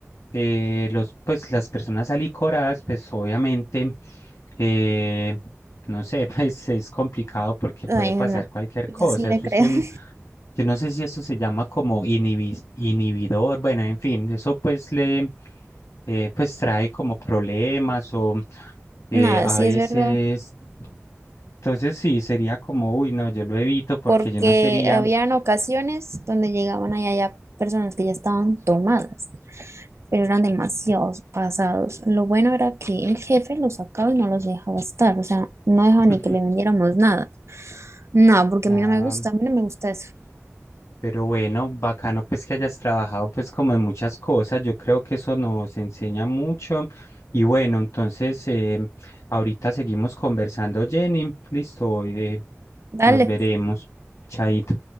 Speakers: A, on the left; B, on the right.
A: eh, los, pues las personas alicoradas, pues obviamente, eh, no sé, <laughs> pues es complicado porque puede
B: Ay,
A: pasar
B: no,
A: cualquier
B: yo
A: cosa.
B: sí le
A: Eso
B: creo.
A: es un,
B: <laughs>
A: yo no sé si eso se llama como inhibi- inhibidor, bueno, en fin, eso pues le, eh, pues trae como problemas o eh,
B: Nada,
A: a
B: sí
A: veces.
B: es verdad.
A: Entonces sí, sería como, uy, no, yo lo evito porque
B: Porque
A: yo no sería,
B: habían ocasiones donde llegaban allá ya personas que ya estaban tomadas, pero eran demasiados pasados. Lo bueno era que el jefe los sacaba y no los dejaba estar. O sea, no dejaba
A: <laughs>
B: ni que le vendiéramos nada. No, porque
A: nada.
B: a mí no me gusta, a mí no me gusta eso.
A: Pero bueno, bacano pues que hayas trabajado pues como en muchas cosas, yo creo que eso nos enseña mucho. Y bueno, entonces eh, ahorita seguimos conversando, Jenny, listo, hoy
B: Dale.
A: nos veremos, chaito.